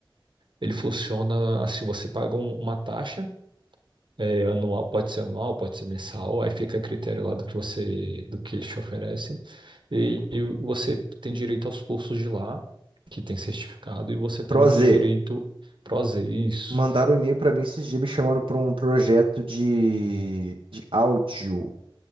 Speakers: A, on the right; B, on the right.
A: ele funciona assim, você paga um- uma taxa é, anual, pode ser anual, pode ser mensal, aí fica a critério lá do que você, do que eles te oferecem. E, e você tem direito aos cursos de lá, que tem certificado, e você também
B: Proze,
A: tem direito Prozer, isso.
B: mandaram um e-mail pra mim esses dias me chamando pra um projeto de, de áudio.